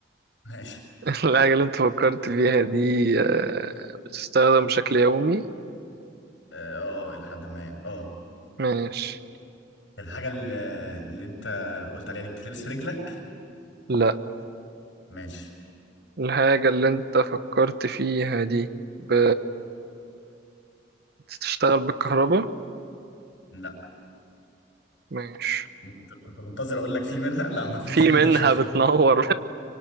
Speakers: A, on the left; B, on the right.
A: <laughs> ماشي
B: <laughs> الحاجة اللي انت فكرت فيها دي آه، بتستخدم بشكل يومي
A: اه آه، آه، الى حد ما يعني اه
B: ماشي
A: الحاجه اللي, اللي انت قلت عليها دي بتتلبس في رجلك
B: لا
A: ماشي
B: الحاجة اللي انت فكرت فيها دي ب... بتشتغل بالكهرباء
A: لا
B: ماشي
A: ممكن ت- كنت منتظر اقول لك في منها لا ما فيش
B: في
A: منها
B: منها
A: شغل
B: بتنور